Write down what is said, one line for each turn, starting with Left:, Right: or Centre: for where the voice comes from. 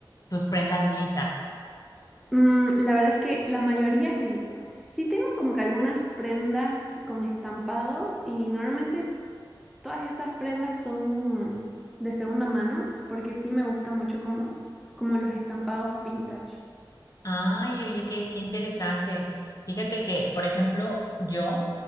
Left: tus prendas lisas?
Centre: Mm, la verdad es que la mayoría es liso. Sí tengo como que algunas prendas con estampados y normalmente todas esas prendas son de segunda mano porque sí me gusta mucho como, como los estampados vintage.
Left: Ay, oye, qué, qué interesante. Fíjate que, por ejemplo, yo,